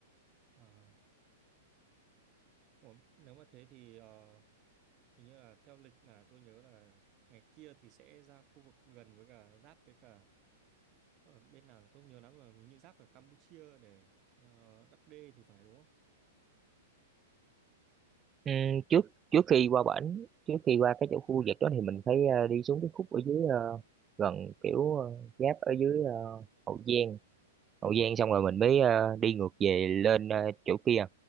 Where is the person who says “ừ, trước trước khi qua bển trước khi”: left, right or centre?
Right